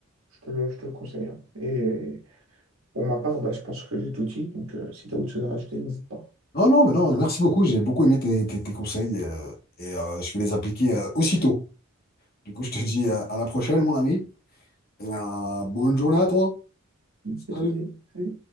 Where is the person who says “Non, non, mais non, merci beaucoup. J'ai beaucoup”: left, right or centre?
Left